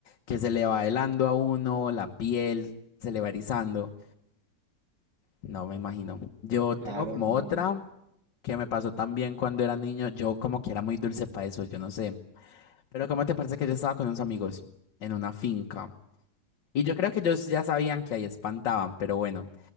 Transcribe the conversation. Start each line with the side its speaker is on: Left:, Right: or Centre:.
Left: que se le va helando a uno, la piel se le va erizando. No me imagino. Yo
Right: Claro,
Left: tengo como
Right: no. no.
Left: otra que me pasó también cuando era niño, yo como que era muy dulce para eso, yo no sé. Pero ¿cómo te parece que yo estaba con unos amigos en una finca? Y yo creo que ellos ya sabían que ahí espantaban, pero bueno,